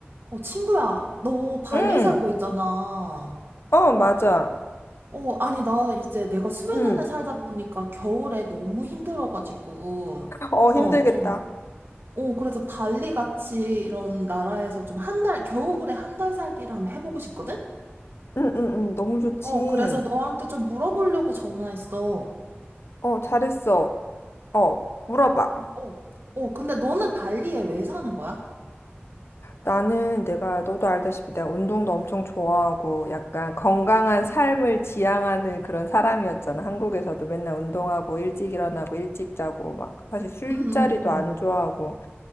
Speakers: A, on the right; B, on the left.
A: 어, 친구야, 너 발리
B: 응,
A: 살고 있잖아.
B: 어, 맞아.
A: 어, 아니, 나 이제 내가 스웨덴에
B: 응,
A: 살다 보니까 겨울에 너무 힘들어가지고,
B: 어,
A: 어,
B: 힘들겠다.
A: 좀, 어, 그래서 발리 같이 이런 나라에서 좀 한 달, 겨울에 한 달 살기를 한번 해보고 싶거든?
B: 응, 응, 응, 너무 좋지.
A: 어, 그래서 너한테 좀 물어보려고 전화했어.
B: 어, 잘했어. 어, 물어봐.
A: 어, 어, 근데 너는 발리에 왜 사는 거야?
B: 나는 내가, 너도 알다시피 내가 운동도 엄청 좋아하고 약간 건강한 삶을 지향하는 그런 사람이었잖아. 한국에서도 맨날 운동하고 일찍 일어나고 일찍 자고 막 사실 술자리도
A: 음, 음,
B: 안 좋아하고.